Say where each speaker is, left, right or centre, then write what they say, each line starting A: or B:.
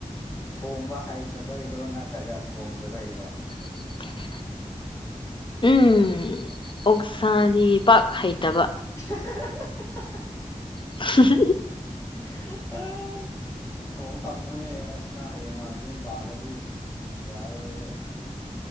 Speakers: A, on the left; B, on the left.
A: ꯊꯣꯡꯕ ꯍꯩꯇꯕꯩꯔꯣ ꯅꯠꯇ꯭ꯔꯒ ꯊꯣꯡꯗꯕꯩꯔꯣ꯫
B: <unintelligible> ꯎꯝ ꯑꯣꯛꯁꯥꯗꯤ ꯄꯥꯛ ꯍꯩꯇꯕ꯫
A: <unintelligible>
B: <unintelligible>
A: <unintelligible> ꯊꯣꯡ ꯇꯝꯃꯣꯌꯦ ꯑꯁ ꯅꯪ ꯍꯌꯦꯡꯋꯥ ꯌꯨꯝ ꯄꯥꯜꯂꯗꯤ ꯌꯥꯔꯔꯣꯏꯅꯦ꯫